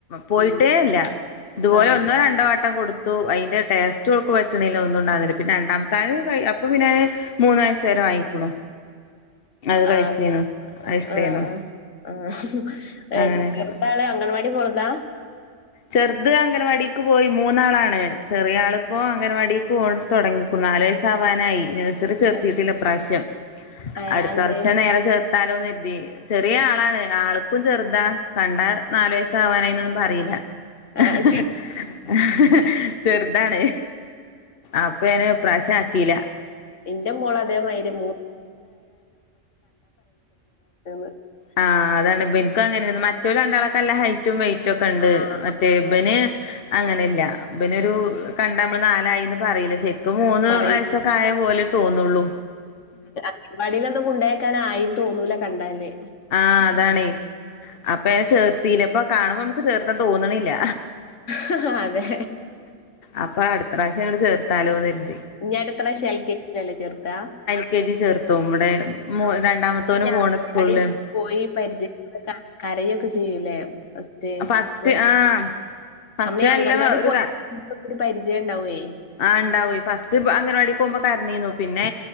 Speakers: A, on the left; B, on the left.
A: പോയിട്ടേയില്ല
B: ഉം
A: ഇത് പോലെ
B: ആഹ്
A: <unintelligible> തട്ടം കൊടുത്തു അതിന്റെ ടേസ്റ്റ് കുട്ടിയോൾക്ക് പറ്റണില്ല ഒന്നും ഉണ്ടാകുന്നില്ല പിന്നെ രണ്ടാമത്ത ആൾ അപ്പൊ പിന്നെ മൂന്ന് വയസ്സു വരെ വാങ്ങിക്കുണു അത്
B: ആഹ്
A: കഴിച്ചീനു
B: ഇഞ്ചി
A: അത് ഇഷ്ടായിന്നു
B: ആഹ് ആ ആ
A: അങ്ങനെയൊക്കെ
B: ചെറുതാള് അംഗൻവാടി പോണതാ
A: ചെറുത് അംഗൻവാടിക്ക് പോയി മൂന്നാളാണ് ചെറിയ ആളിപ്പോ അംഗൻവാടിക്ക് പോകാൻ തുടങ്ങുന്നു നാല് വയസ്സ് ആവറായി ഇത്ര ചേർത്തിട്ടില്ല
B: അയ്ശരി
A: ഇപ്രാവശ്യം
B: ഏഹ്
A: അടുത്ത
B: അതെന്തേ
A: വർഷത്തെ <unintelligible> ചെറിയ ആളാണ് ആൾക്കും ചെറുതാ കണ്ടാ നാലു വയസ്സ് ആവാനായിന്നൊന്നും പറയില്ല <unintelligible>
B: ആഹ്
A: ചെറുതാണ് അപ്പേന് ഈ പ്രാവശ്യം ആക്കില്ല
B: ഇന്റെ മോള് അതേമാതിരിയാ <unintelligible>
A: ആ അതാണ് ഇവനിക്കും അങ്ങനെയാണ് മറ്റാൾക്ക് രണ്ടാൾക്ക് നല്ല ഹൈറ്റും വെറ്റും ഒക്കെ ഉണ്ട്
B: ആഹ്
A: ശേ ഇവന്
B: അതെ
A: അങ്ങനില്ല ഇവനൊരു <unintelligible> പറയില്ല ശരിക്കും മൂന്ന്
B: പറയും
A: വയസ്സൊക്കെ ആയ പോലെ തോന്നുള്ളൂ
B: <unintelligible> ആയി തോന്നൂല്ല കണ്ടാല്
A: ആഅതാണേ അപ്പം അതിനേ ചേർത്തില്ല അപ്പൊ കാണുമ്പോ നമ്മുക്ക് ചേർക്കാൻ തോന്നണില്ല
B: ഹ് ഹാ അതേ
A: അപ്പൊ അടുത്തപ്രാവശ്യം ഞങ്ങള്ചേർത്താലോന്ന് കരുതി
B: <unintelligible>
A: ൽകെജി ചേർത്തു ഇവിടെ രണ്ടാമത്തോനെ
B: പിന്നെ
A: പോണ
B: അംഗൻവാടിയിൽ
A: സ്കൂളിൽ
B: പോയി പരിജയ <unintelligible> കരയുവൊക്കെ ചെയൂലെ <unintelligible>
A: ഫസ്റ്റ് ആഹ് ഫസ്റ്റ്
B: നമ്മള് ഈ
A: നല്ല
B: അംഗൻവാടി
A: ഒരു
B: പോയ പോലൊരു പരിചയം ഉണ്ടാവേ
A: ആഹ് ഇണ്ടാവേ ഫസ്റ്റ് അങ്കണവാടി പോകുമ്പം കരഞ്ഞീനു പിന്നെ